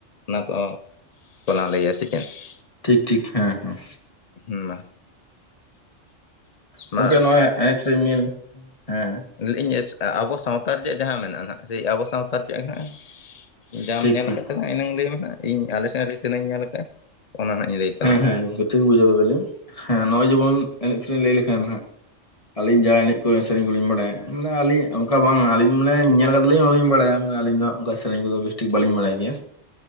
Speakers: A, on the left; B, on the left.
A: ᱚᱱᱟ ᱠᱚ ᱠᱚᱞᱟᱝ ᱞᱟᱹᱭ ᱟ ᱥᱮᱪᱮᱫ
B: ᱴᱷᱤᱠ ᱴᱷᱤᱠ ᱦᱮᱸ ᱦᱮᱸ
A: ᱦᱮᱸ ᱢᱟ
B: ᱜᱚᱝᱠᱮ
A: ᱢᱟ
B: ᱱᱚᱜᱼᱚᱭ ᱮᱪ ᱨᱤᱢᱤᱞ ᱦᱮᱸ
A: ᱞᱟ. ᱭᱮᱫ ᱟᱧ ᱟᱵᱚ ᱥᱟᱶᱛᱟ ᱨᱮᱭᱟᱜ ᱡᱟᱦᱟᱸ ᱢᱮᱱᱟᱜᱼᱟ ᱱᱟᱜ ᱥᱮ ᱟᱵᱚ ᱥᱟᱶᱛᱟ ᱨᱮ ᱪᱮᱫ ᱢᱮᱱᱟᱜ ᱟ ᱡᱟᱢ
B: ᱴᱷᱤᱠ
A: ᱧᱮᱞ
B: ᱴᱷᱤᱠ
A: ᱟᱠᱟᱫ ᱛᱟᱞᱟᱝ ᱤᱱᱟ. ᱝ ᱞᱟᱹᱭ ᱢᱮ ᱦᱟᱸᱜ ᱤᱧ ᱟᱞᱮ ᱥᱮᱱ ᱨᱮ ᱛᱤᱱᱟᱹᱜᱧ ᱧᱮᱞ ᱟᱠᱟᱫᱼᱟ ᱚᱱᱟ ᱦᱟᱸᱜ ᱤᱧ ᱞᱟᱹᱭ ᱛᱟᱞᱟᱝ
B: ᱦᱮᱸ ᱦᱮᱸᱠ
A: ᱦᱟᱸᱜ
B: ᱴᱷᱤᱠ ᱵᱩᱡᱷᱟᱹᱣ ᱠᱮᱫᱟᱞᱤᱧ ᱦᱮᱸ ᱡᱮᱢᱚᱱ ᱮᱱᱮᱡ ᱥᱮᱨᱮᱧ ᱞᱟᱹᱭ ᱞᱮᱠᱷᱟᱱ ᱦᱟᱸᱜ ᱟᱹᱞᱤᱧ ᱡᱟᱦᱟᱸ ᱮᱱᱮᱡ ᱠᱚ ᱥᱮᱨᱮᱧ ᱠᱚᱞᱤᱧ ᱵᱟᱲᱟᱭᱟ ᱢᱟᱱᱮ ᱟᱹᱞᱤᱧ ᱚᱱᱠᱟ ᱵᱟᱝ ᱟᱹᱞᱤᱧ ᱢᱟᱱᱮ ᱧᱮᱞ ᱠᱟᱫᱟ ᱞᱤᱧ ᱚᱱᱟ ᱞᱤᱧ ᱵᱟᱲᱟᱭᱟ ᱟᱹᱞᱤᱧ ᱫᱚ ᱚᱱᱠᱟ ᱥᱮᱨᱮᱧ ᱠᱚᱫᱚ ᱮᱥᱴᱤᱠ ᱵᱟᱞᱤᱧ ᱵᱟᱲᱟᱭ ᱜᱮᱭᱟ